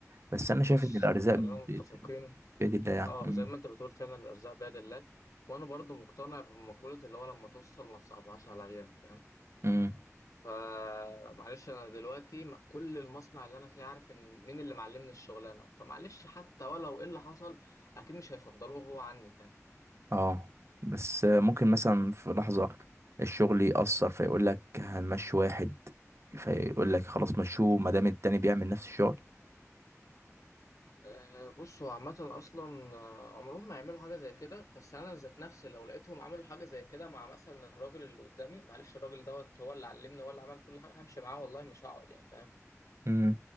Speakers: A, on the right; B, on the left.
A: بس انا شايف
B: بص
A: ان الارزاق
B: خلينا
A: ب-
B: متفقين
A: بيد الله يعني
B: اه
A: امم
B: زي ما انت بتقول فعلا الارزاق بيد الله وانا برضو مقتنع بمقولة اللي هو لما توصل ما تصعبهاش على غيرك فاهم
A: أمم.
B: فمعلش انا دلوقتي م- كل المصنع اللي انا فيه عارف ان مين اللي معلمني الشغلانه فمعلش حتى ولو ايه اللي حصل اكيد مش هيفضلوه هو عني فاهم
A: اه بس ممكن مثلا في لحظه الشغل يأثر فيقول لك هنمشي واحد فيقول لك خلاص مشوه ما دام التاني بيعمل نفس الشغل
B: أه بص هو عامة أصلا آه، عمرهم ما يعملوا حاجة زي كده بس أنا ذات نفسي لو لقيتهم عملوا حاجة زي كده مع مثلا الراجل اللي قدامي معلش الراجل دوت هو اللي علمني هو اللي عمل كل حاجة همشي معاه والله مش هقعد يعني فاهم
A: امم